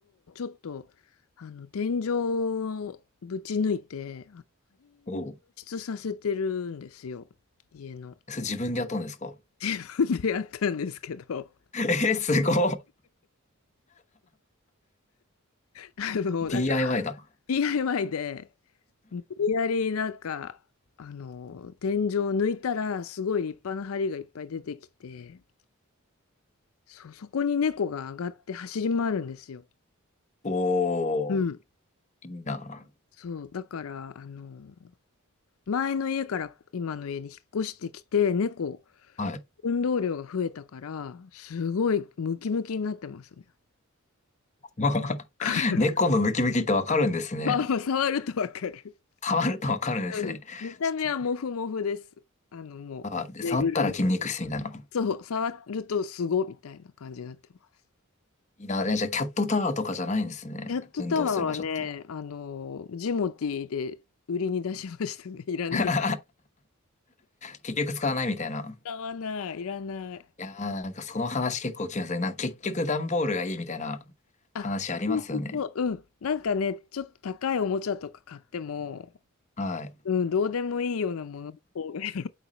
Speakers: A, on the left; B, on the left.
A: と、あの、手をぶち抜いて
B: おう。
A: させてるんですよ。家の。
B: それ自分でやったんですか
A: <laughs> でやったんですけど、
B: <laughs> え、すごい。
A: あの、
B: DIY
A: なんか
B: だ。
A: DIY で、無理やりなんか、あの、天井を抜いたらすごい立派な梁がいっぱい出てきて、そ、そこに猫が上がって走り回るんですよ。
B: おー、
A: うん。
B: いいな。
A: そう、だから、あの、前の家から今の家に引っ越してきて、猫、
B: はい。
A: 運動量が増えたから、すごいムキムキになってますね。
B: <laughs>
A: <laughs>
B: 猫のムキムキってわかるんですね。
A: まあ、まあ触るとわかる。
B: 触るとわかるんですね。
A: うん。見た目はモフモフです。
B: ちょっ
A: あの、もう、
B: と、あ、で、触ったら筋肉質みたいな。
A: ぬいぐるみ。そう、触るとすごみたいな感じになってます。
B: いいな。えじゃあ、キャットタワーとかじゃないんですね。
A: キャットタワーはね、
B: 運動する場所って。
A: あの、ジモティーで売りに出しましたね。<laughs> いらない。
B: <laughs> 結局使わないみたいな。
A: 使わない、いらない。
B: いやー、なんかその話結構聞きますね。なんか結局段ボールがいいみたいな話ありますよね。
A: あ、そうそうそう、うん。なんかね、ちょっと高いおもちゃとか買っても、
B: はい。
A: うん、どうでもいいようなものの方が喜